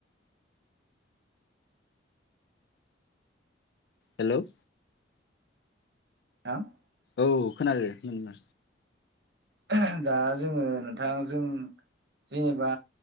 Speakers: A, on the left; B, on the right.
A: हेल'।
B: <unintelligible>
A: औ खोनादों नोंना
B: आ दा जोंङो नोंथां जों जेनोबा